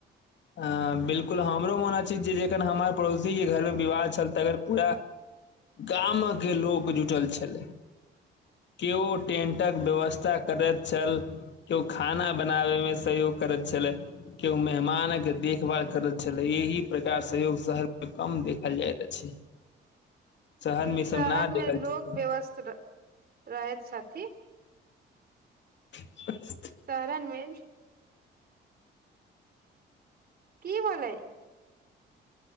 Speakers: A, on the left; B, on the right.
A: ह बिलकुल हमरो मन अछि जे जखन हमर पड़ोसीके घरमे विवाह छल तखन पूरा गामके लोक जुटल छलै केओ टेन्टक व्यवस्था करैत छल केओ खाना बनाबे मे सहयोग करैत छलै केओ मेहमानक के देखभाल करैत छलै एहि प्रकार सहयोग शहरमे कम देखल जाइत अछि शहर
B: हुँ
A: मे ई
B: शहरमे
A: सब न देखल
B: लोक
A: छै
B: व्यवस्थ र रहैत छथिन
A: <inaudible>
B: शहरनमे की होलै